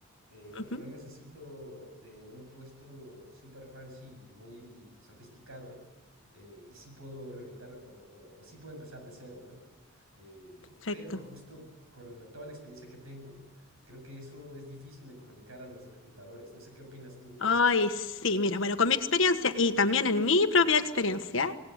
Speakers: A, on the right; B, on the left.
A: eh, porque
B: Ujú,
A: no necesito de un puesto super fancy, muy sofisticado, eh, y sí puedo reorientar o, o- o sí puedo empezar de cero, ¿no? Eh,
B: Perfecto.
A: pero justo con la- toda la experiencia que tengo, creo que eso es difícil de comunicar a los reclutadores. No sé qué opinas tú.
B: Ay, sí, mira, bueno, con mi experiencia y también en mi propia experiencia,